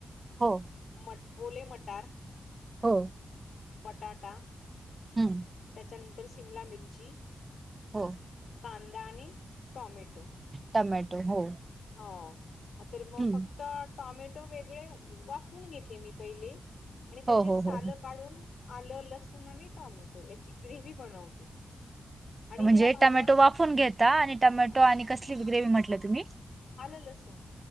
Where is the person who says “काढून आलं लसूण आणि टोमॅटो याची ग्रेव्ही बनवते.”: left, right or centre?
Left